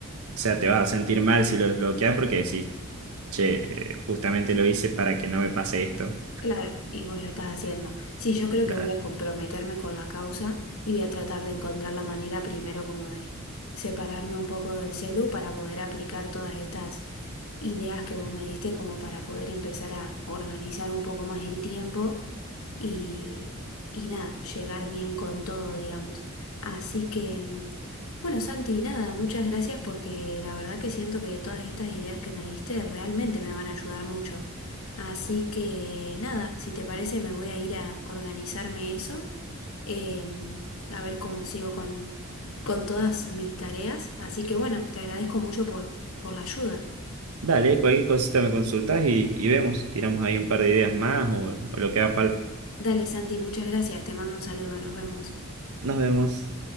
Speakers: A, on the right; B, on the left.
A: o sea, te vas a sentir mal si lo desbloqueas porque decís, Che, eh, justamente lo hice para que no me pase esto.
B: Claro, y vos lo estás haciendo. Sí, yo creo
A: Claro.
B: que voy a comprometerme con la causa y voy a tratar de encontrar la manera primero como de separarme un poco del celu para poder aplicar todas estas ideas que vos me diste como para poder empezar a organizar un poco más el tiempo y, y nada, llegar bien con todo, digamos. Así que, mm, bueno, Santi, nada, muchas gracias porque la verdad que siento que todas estas ideas que me diste realmente me van a ayudar mucho. Así que, nada, si te parece me voy a ir a organizarme eso, eh, a ver cómo sigo con, con todas mis tareas. Así que, bueno, te agradezco mucho por, por la ayuda.
A: Dale, cualquier cosita me consultás y, y vemos. Tiramos ahí un par de ideas más o o lo que haga falta.
B: Dale, Santi, muchas gracias, te mando un saludo, nos vemos.
A: Nos vemos.